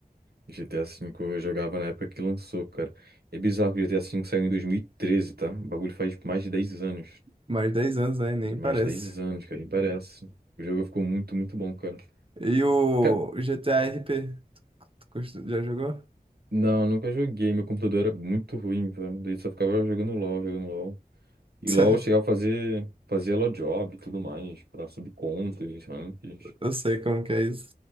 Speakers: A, on the right; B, on the right.
A: GTA V eu jogava na época que lançou, cara. É bizarro que o GTA V saiu em 2013, tá? O bagulho faz mais de 10 anos.
B: Mais 10 anos, né? Nem
A: Mais
B: parece.
A: de 10 anos, cara, nem parece. O jogo ficou muito, muito bom, cara.
B: E o
A: Cara,
B: GTA RP? Tu costu- já jogou?
A: não, nunca joguei. Meu computador era muito ruim, velho. Daí só ficava jogando LOL, jogando LOL. E
B: <laughs>
A: LOL eu chegava a fazer, fazer LOL job e tudo mais, pra subir contas, ranks,
B: Eu sei como que é isso.